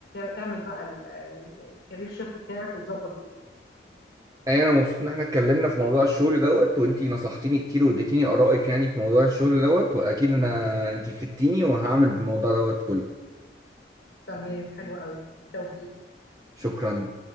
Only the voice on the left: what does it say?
تعمل بقى الكارير شيفت بتاعك وتظبط دنيتك
تمام حلو قوي بالتوفيق